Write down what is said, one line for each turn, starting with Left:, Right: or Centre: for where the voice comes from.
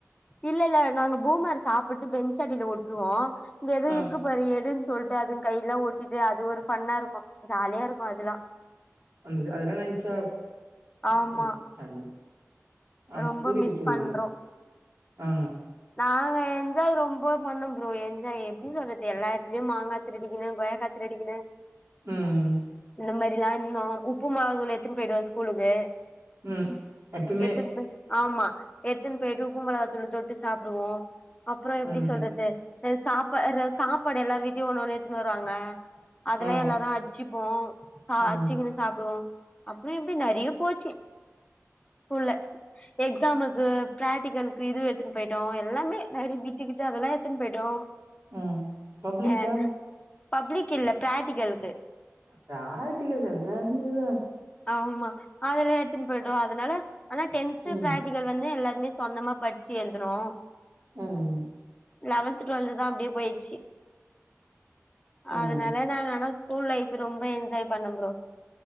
Left: இல்லல்ல நாங்க பூமர் சாப்பிட்டு பெஞ்ச் அடில ஒட்டுருவோ இங்க எது
Right: ஆ
Left: இருக்கு பாரு எடுன்னு சோ சொல்ட்டு அதுங் கைல்லா ஒட்டிட்டு அது ஒரு ஃபன்னா இருக்கு ஜாலியா இருக்கு அதுல்லா
Right: அது அதுலா நென்சா <unintelligible>
Left: ஆமா
Right: ஆ
Left: ரொம்ப
Right: புரிது
Left: மிஸ்
Right: புரிது
Left: பண்றோ
Right: ஆ
Left: நாங்க என்ஜாய் ரொம்ப பண்ண ப்ரோ என்ஜாய் எப்டி சொல்றது எல்லா ‌எடத்துலயு மாங்கத்திருடிகுணு கொய்யாக்கா திருடிக்குணு
Right: உம்
Left: அந்த மாறிலா இன்னு உப்புமா தோல எத்துன்னு போயிடுவ ஸ்கூலுக்கு
Right: உம் எப்பமே
Left: எத்துன்னு போய் ஆமா எடுத்துனு போய்ட்டு உப்பு மொளகாத்தூள் தொ சாப்டுவோ அப்றோ எப்டி
Right: ம்
Left: சொல்றது சரி சாப்பா ர சாப்பாடு எல்லார் வீட்லயு ஒன்னு ஒன்னு எடுத்துன்னு வருவாங்க அதெல்லா
Right: ஆ
Left: எல்லாரு அடிச்சி இப்போ ச
Right: ம்
Left: அடிச்சுக்குனு சாப்டுவோ அப்படி இப்படி நெறய போச்சு ஸ்கூல்ல எக்ஸாமுக்கு பிராக்டிகலுக்கு இது எத்துனு போய்ட்டோ எல்லாமே நெறய பிட்டுக்கிட்டு அதெல்லா எத்தன்னு போயிட்டோ
Right: உம் பப்ளிக்கா
Left: அ பப்ளிக் இல்ல பிராக்டிகலுக்கு
Right: ப்ராக்ட்டிகல் எல்லாருமே தா
Left: ஆமா அது ல எடுத்துன்போய்ட்டோ அதனால ஆனா டென்த்
Right: ம்
Left: பிராக்டிகல் வந்து எல்லா மே சொந்தமாப் படிச்சி எழுதுனோ
Right: ம்
Left: லெவன்த் டுவல் தா அப்டியே போய்ச்சு
Right: ம்
Left: அதனால நாங்க ஆனா ஸ்கூல் லைஃப் ரொம்ப என்ஜாய் பண்ண ப்ரோ